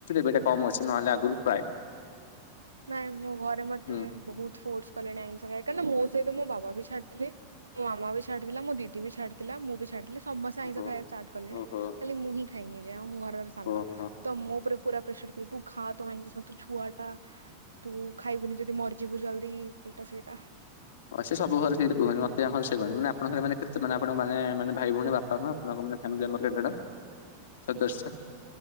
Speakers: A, on the left; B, on the right.
A: <unintelligible> କମ ଅଛି ନହେଲେ ଆଗୁରୁ ପ୍ରାଏ।
B: ନାଇଁ ମୋ ଘରେ ମତେ
A: ହୁଁ
B: ବହୁତ ଫୋର୍ସ କଲେଣି ଆଇଁଷ ଖାଇ କାହିଁକିନା ମୋ ସହିତ ମୋ ବାବା ବି ଛାଡିିଥିଲେ। ମୋ ମାମ ବି ଛାଡି ଥିଲା ମୋ ଦିଦି ବି ଛାଡି ଥିଲା ମୁଁ ବି ଛାଡିଲି ସମସ୍ତେ ଆଇଁଷ
A: ଓହୋ
B: ଖାଇବା ଷ୍ଟାଟ୍ କଲେଣି
A: ଓହୋ
B: ଖାଲି ମୁଁ ହିଁ ଖାଇନି ଏ ଯାଏ ଆଉ ମୁଁ ଘରର ସାନ
A: ଓହୋ।
B: ତ ମୋ ଉପରେ ପୁରା ପ୍ରେସର ଦେଇ ତୁ ଖା ତୁ ଆଇଁଷ ତୁ ଛୁଆ ଟା। ତୁ ଖାଇବୁନି ଯଦି ମରିଯିବୁ ଜଲଦି ଏଇଟା ସେଇଟା।
A: ହ ସେ ସବୁ ଘରେ ସେଇଟା କୁହନ୍ତି ମତେ ଆମ ଘରେ ସେ କୁହନ୍ତି ମାନେ ଆପଣଙ୍କ ଘରେ ମାନେ <unintelligible> ଆପଣ ମାନେ ମାନେ ଭାଇ ଭଉଣୀ ବା <unintelligible> ସଦସ୍ୟ।